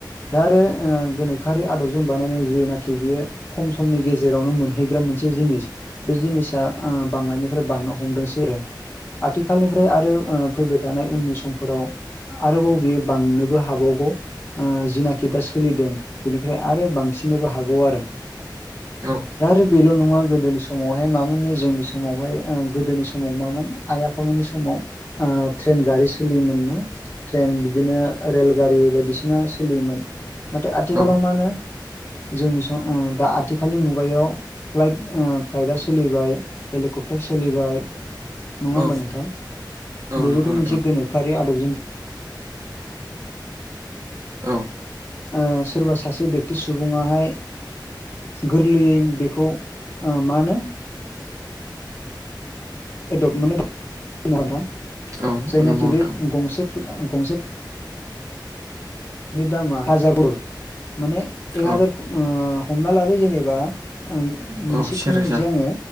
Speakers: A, on the left; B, on the right.
A: दा आरो गोनो गो खारिै आदबजों बानायनाय जेनाखि बियो खम समनि गेजेरावनो मोनहैग्रा मोनसे जिनिस बे जिनिसा बांनायनिफ्राय बांनो हमदोंसै आरो आथिखालनिफ्राय आरो फैबाय थानाय उननि समफोराव आरोबाव बियो बांनोबो हाबावग जिनाखि दा सोलिदों बेनिफ्राय आरो बांसिननोबो हागौ आरो
B: औ
A: दा आरो बेल' नङा गोदोनि समावहाय मा मोननो जोंनि समावहाय गोदोनि समाव मा मोन आइ आफामोननि समाव ओ ट्रेन गारि सोलियोमोन नो ट्रेन बिदिनो रेल गारि बायदिसिना सोलियोमोन नाथाय आथिखालाव
B: औ
A: मा होनो जोंनि स ओ दा आथिखालनि मुगायाव फ्लाइट फ्लाइटआ सोलिबाय हेलिकप्टार सोलिबाय नङा
B: औ
A: होमबा नोंथां
B: औ
A: बेबोथ'
B: नंगौ नोंथां
A: मोनसे गोनोखोआरि आदबजों
B: औ
A: ओ सोरबा सासे बेक्ति सुबुङाहाय गोरलैयै बेखौ ओ मा होनो एडप्ट माने नोंथां
B: औ
A: जायनाखि
B: नंगौ नोंथां
A: बे गंसे गंसे बे दामा हाजार माने एक
B: औ
A: हाजार ओ हमना लाबाय जेनेबा आ मोनसेखौनो
B: औ सेेरोजा
A: होननोसै आङो